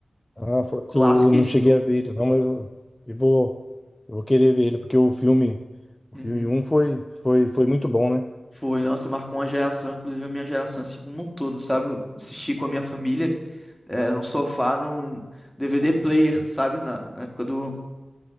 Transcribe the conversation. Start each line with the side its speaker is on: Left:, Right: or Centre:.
Left: Ah, fa-
Centre: Clássico
Left: eu, eu não
Centre: e esse
Left: cheguei
Centre: novo.
Left: a ver ele, não, mas eu, eu vou, eu vou querer ver ele, porque o filme, o
Centre: Uhum.
Left: filme um foi, foi, foi muito bom, né?
Centre: Foi, nossa, marcou uma geração, inclusive a minha geração, assim como um todo, sabe? Eu assisti com a minha família, é, num sofá, num DVD player, sabe? Na, na época do